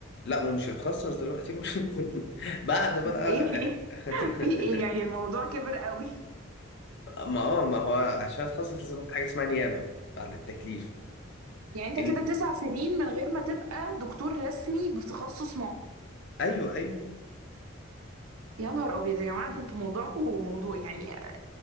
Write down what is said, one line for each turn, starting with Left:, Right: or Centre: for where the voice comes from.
Left: لا ومش هتخصص دلوقتي برضه <laughs> بعد بقى
Right: ايه في <laughs>
Left: <laughs>
Right: في ايه يعني الموضوع كبر قوي
Left: ما اه ما هو عشان اتخصص لازم أخد حاجه اسمها نيابه بعد التكليف
Right: يعني انت
Left: ان
Right: كده تسع سنين من غير ما تبقى دكتور رسمي بتخصص معين
Left: ايوه ايوه
Right: يا نهار ابيض يا جماعة ده انتوا موضوعكم موضوع يعني آه،